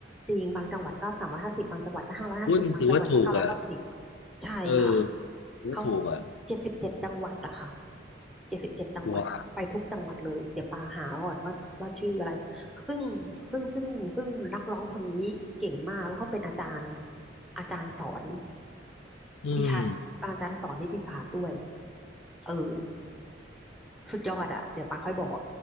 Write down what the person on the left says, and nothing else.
รุ่นถือว่าถูกอ่ะ
เออถือว่าถูกอ่ะ
ว้าว
อืม